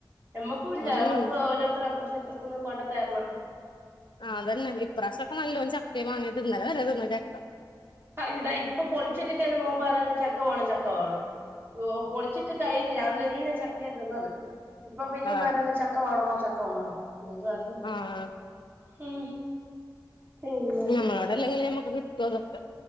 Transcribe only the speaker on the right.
നമ്മക്കും ഇല്ല
നമ്മക്ക് ഓരോരുത്ത അപ്പുറത്തും ഇപ്പുറത്തന്ന് കൊണ്ട തരണം
ഇതാ ഇപ്പൊ പൊളിച്ചിട്ടിട്ട്ന്റെ മോൻ പറയയാന്ന് ചക്ക വേണം ചക്ക വേണം ഓ പൊളിച്ചിട്ട് കഴിഞ്ഞഞ് രാവിലെ പിന്നെ ചക്കയ തിന്നത് ഇപ്പൊ പിന്നെയും
വേണോന്ന് ചക്കമാേണോ ചക്കമാണോ <unintelligible>
ഉം പിന്നെ